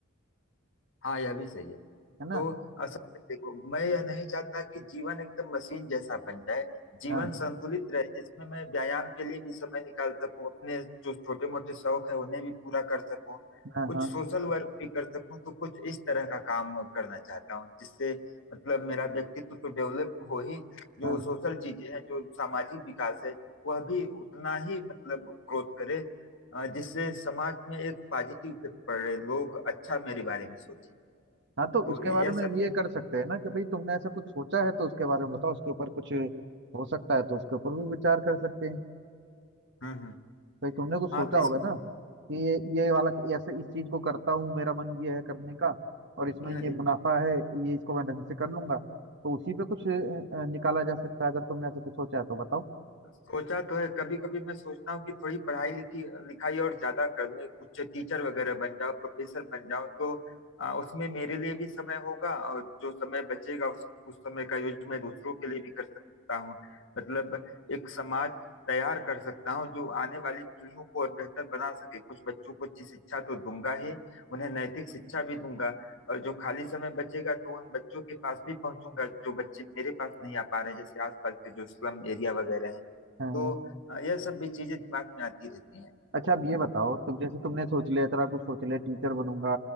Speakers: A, on the left; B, on the right.
A: हाँ यह भी सही है
B: है ना
A: तो असल में देखो मैं यह नहीं चाहता कि जीवन एकदम मशीन जैसा बन जाए जीवन
B: हाँ
A: संतुलित रहे जिसमें मैं व्यायाम के लिए भी समय निकाल सकूं अपने जो छोटे मोटे शौक है उन्हें भी पूरा कर सकूं
B: हाँ
A: कुछ
B: हाँ
A: सोशल वर्क भी कर सकूं तो कुछ इस तरह का काम करना चाहता हूं जिससे मतलब मेरा व्यक्तित्व तो डेवलप हो ही जो
B: हाँ
A: सोशल चीजें हैं जो सामाजिक विकास है वह भी उतना ही मतलब ग्रोथ करे अ, जिससे समाज में एक पॉजिटिव इफेक्ट पड़े लोग अच्छा मेरे बारे में सोचे
B: हाँ तो
A: तो
B: उसके
A: यह
B: बारे में ये कर सकते हैं ना कि भाई तुमने ऐसा कुछ सोचा है तो उसके बारे में बताओ उसके ऊपर कुछ हो सकता है तो उसके ऊपर भी विचार कर सकते हैं
A: हम्म हम्म
B: फिर तुमने कुछ
A: हाँ
B: सोचा
A: तो इस
B: होगा ना कि ये ये वाला ऐसे इस चीज को करता हूँ मेरा मन ये है करने का और इसमें
A: जी हाँ
B: ये
A: जी
B: मुनाफा है ये इसको मैं ढंग से कर लूंगा तो उसी पे कुछ अ, अ, निकाला जा सकता है अगर तुमने ऐसा कुछ सोचा है तो बताओ
A: सोचा तो है कभी कभी मैं सोचता हूँ कि थोड़ी पढ़ाई लिखी लिखाई और ज्यादा कर लूँ कुछ टीचर वगैरह बन जाओ प्रोफेसर बन जाओ तो आ, उसमें मेरे लिए भी समय होगा और जो समय बचेगा उस, उस समय का यूज मैं दूसरों के लिए भी कर सकता हूँ मतलब एक समाज तैयार कर सकता हूँ जो आने वाली पीढ़ियों को और बेहतर बना सके कुछ बच्चों को अच्छी शिक्षा तो दूंगा ही उन्हें नैतिक शिक्षा भी दूंगा और जो खाली समय बचेगा तो उन बच्चों के पास भी पहुंचूंगा जो बच्चे मेरे पास नहीं आ पा रहे हैं जैसे आसपास के जो स्लम एरिया वगैरह हैं
B: हाँ हाँ।
A: तो अ, यह सब भी चीजें दिमाग में आती रहती हैं
B: अच्छा अब ये बताओ तुम जैसे तुमने सोच लिया इतना कुछ सोच लिया टीचर बनूंगा